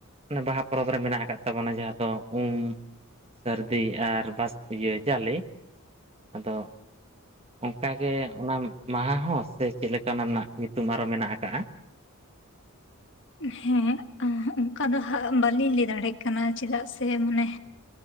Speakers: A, on the right; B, on the left.
A: ᱚᱱᱮ ᱵᱟᱦᱟ ᱯᱚᱨᱚᱵᱽ ᱨᱮ ᱢᱮᱱᱟᱜ ᱟᱠᱟᱫ ᱛᱟᱵᱚᱱᱟ ᱡᱟᱦᱟᱸ ᱫᱚ ᱩᱢ ᱥᱟᱹᱨᱫᱤ ᱟᱨ ᱵᱟᱥ ᱤᱭᱟᱹ ᱡᱟᱞᱮ ᱟᱫᱚ ᱚᱱᱠᱟ ᱜᱮ ᱚᱱᱟ ᱢᱟᱦᱟᱸ ᱦᱚᱸ ᱥᱮ ᱪᱮᱫ ᱞᱮᱠᱟ ᱚᱱᱟ ᱨᱮᱱᱟᱜ ᱧᱩᱛᱩᱢ ᱟᱨᱦᱚ ᱢᱮᱱᱟᱜ ᱟᱠᱟᱜᱼᱟ᱾
B: ᱦᱮᱸ ᱚᱱᱠᱟ ᱫᱚ ᱦᱟᱸᱜ ᱵᱟᱹᱞᱤᱧ ᱞᱟᱹᱭ ᱫᱟᱲᱮᱭᱟᱜ ᱠᱟᱱᱟ ᱪᱮᱫᱟᱜ ᱥᱮ ᱢᱟᱱᱮ